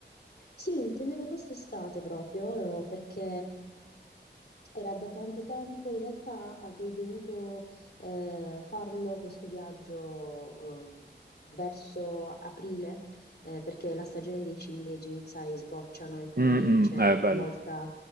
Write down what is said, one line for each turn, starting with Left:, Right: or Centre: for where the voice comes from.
Left: Sì, intendevo quest'estate proprio eh, perché Era da tanto tempo, in realtà avrei dovuto eh, farlo questo viaggio eh, verso aprile, eh, perché la stagione dei ciliegi, sai, sbocciano e quindi
Right: Mm,
Left: c'è
Right: mm, è bello.
Left: molta,